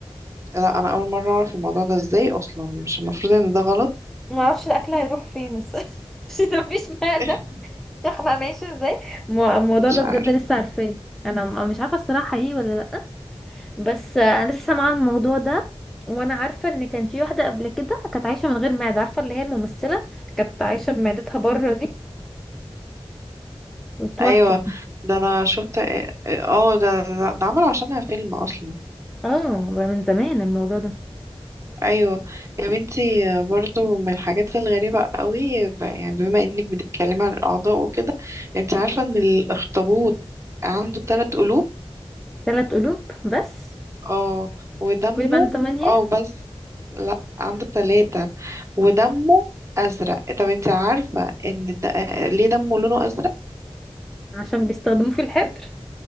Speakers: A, on the right; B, in the centre.
A: لا انا اول مرة اعرف الموضوع ده ازاي اصلا مش المفروض ان ده غلط
B: ما اعرفش الاكل هيروح فين بس <laughs> عشان مفيش معده
A: <laughs>
B: <laughs> يخمق ماشي ازاي مو- الموضوع
A: مش
B: ده
A: عارف
B: بجد لسه عارفاه انا م- مش عارفه الصراحه حقيقي ولا لا بس انا لسه سامعه الموضوع ده وانا عارفه ان كان في واحده قبل كده كانت عايشه من غير معده عارفه اللي هي الممثله كانت عايشه بمعدتها بره دي توفت
A: ايوه ده انا شفت اه ده ده ده عملوا عشانها فيلم اصلا
B: اه بقى من زمان الموضوع ده
A: ايوه يا بنتي برضو من الحاجات الغريبة قوي ب- يعني بما انك بتتكلمي عن الاعضاء وكده انت عارفة ان الاخطبوط عنده ثلاث قلوب
B: ثلاث قلوب بس
A: اه ودمه
B: شوفي بقى انتوا تمانية
A: اه بس لا عنده ثلاثة ودمه ازرق طب انت عارفة ان د... آه، ليه دمه لونه ازرق
B: عشان بيستخدموه في الحبر